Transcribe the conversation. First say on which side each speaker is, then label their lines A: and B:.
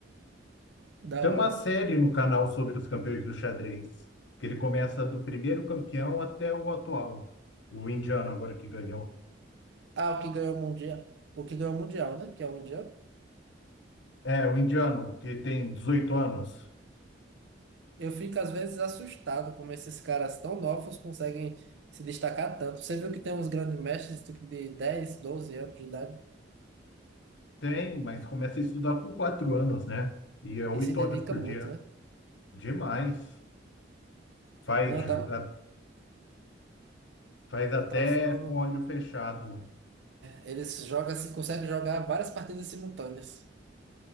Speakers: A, on the right; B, on the left.
A: Da
B: Tem
A: hora.
B: uma série no canal sobre os campeões do xadrez, que ele começa do primeiro campeão até o atual, o indiano agora que ganhou.
A: Ah, o que ganhou o mundial, o que ganhou o mundial, né? Que é o indiano.
B: É, o indiano, que tem 18 anos.
A: Eu fico às vezes assustado como esses caras tão novos conseguem se destacar tanto. Você viu que tem uns grandes mestres tipo de 10 12 anos de idade
B: Tem, mas começa a estudar com 4 anos, né? E é 8
A: e se dedica
B: horas por
A: muito,
B: dia.
A: né?
B: Demais. Faz,
A: Não, eu
B: ju-
A: tava,
B: a- faz até
A: eu tava falando
B: com olho fechado.
A: Eles jogam, assim, conseguem jogar várias partidas simultâneas.